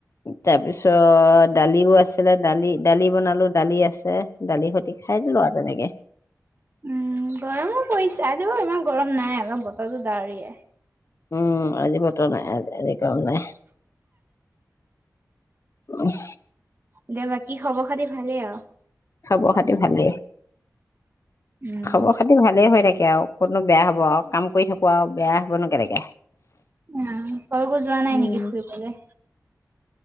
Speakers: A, on the left (about 50°); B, on the right (about 35°).
A: তাৰপিছত। দালিও আছিলে দালি-দালি বনালো দালি আছে দালি সৈতে খাই দিলো আৰু তেনেকে।
B: উম, গৰমো পৰিছে আজি বাৰু ইমান গৰম নাই অলপ বতৰটো দাৱৰিয়া।
A: উম, আজি বতৰ নাই আজি কাম নাই। উম।
B: এতিয়া বাকী খবৰ খাতি ভালেই আৰু?
A: খাবৰ খাতি ভালেই।
B: উম।
A: খবৰ খাতি ভালে হৈ থাকে। আৰু মনতো বেয়া হব আৰু কাম কৰি থাকো আৰু বেয়া হ'বনো কেনেকে।
B: উ, কলৈকো যোৱা নাই
A: উম
B: নেকি ফুৰিবলে?